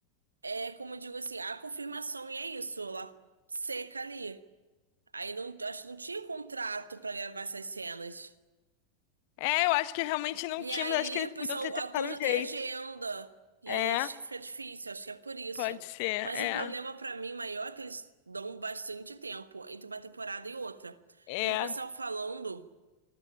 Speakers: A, on the right; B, on the left.
A: É como eu digo assim, a confirmação e é isso, ela seca ali. Aí não, acho que não tinha contrato pra gravar essas cenas.
B: É, eu acho que realmente não
A: E
B: tinha,
A: aí
B: mas acho que eles
A: o pessoal,
B: podiam ter
A: o
B: tentado
A: ator já
B: um jeito.
A: tem agenda. E
B: É,
A: aí acho que fica difícil, acho que é por isso.
B: pode ser,
A: Mas
B: é.
A: o problema pra mim maior é que eles dão bastante tempo entre uma temporada e outra.
B: É,
A: Eu vi o pessoal falando,